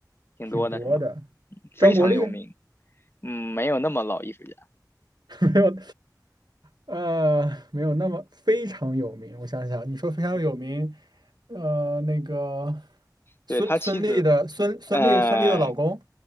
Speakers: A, on the left; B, on the right.
A: 挺多的是吗？
B: 挺多的。
A: 非常有名，
B: 张国立 <laughs>
A: 嗯，没有那么老艺术家。
B: 没有，呃，没有那么非常有名。我想想，你说非常有名，呃，那个
A: 对，
B: 孙孙俪的孙孙俪孙俪的老公。
A: 他妻子，哎，